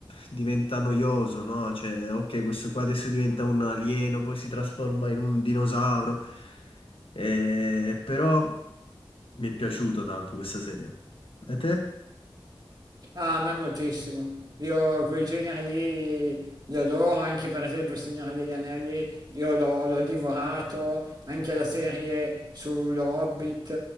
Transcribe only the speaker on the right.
Ah, a me moltissimo. Io quei generi lì li adoro, anche per esempio Il Signore degli Anelli, io l'ho l'ho divorato, anche la serie sullo Hobbit,